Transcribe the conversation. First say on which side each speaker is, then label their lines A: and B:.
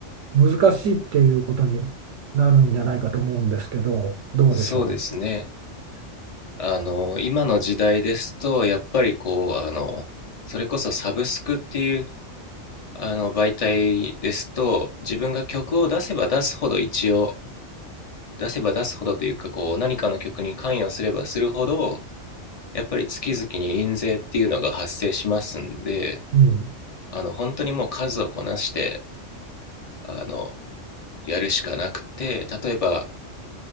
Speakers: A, on the right; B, on the left.
A: 難しいっていうことになるんじゃないかと思うんですけど、どうでしょ
B: そうですね。あの、今の時代ですと、やっぱりこう、あの、それこそサブスクっていう、あの、媒体ですと、自分が曲を出せば出すほど一応、出せば出すほどというかこう何かの曲に関与すればするほどやっぱり月々に印税っていうのが発生しますんで
A: う。うん、
B: あの本当にもう数をこなしてあのやるしかなくて例えば